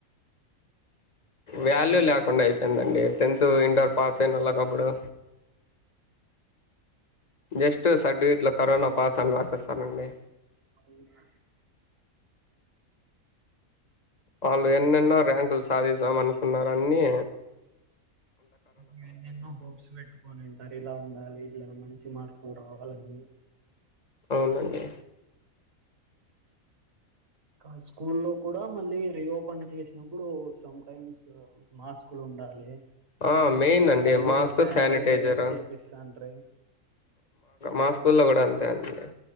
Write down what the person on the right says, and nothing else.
నేను
అప్పుడు
అవునా
మేన్నెన్నో హోప్స్ పెట్టుకోనింటారు ఇలా ఉండాలి ఇలా మంచి మార్కులు రావాలండి అ
కానీ స్కూల్లో కూడా మళ్ళీ రీఓపెన్ చేసినప్పుడు సామ్టైమ్సు మాస్కు లు ఉండాలి
daily
sanitiser
use చేపిస్తాంట్రి
ఇంకా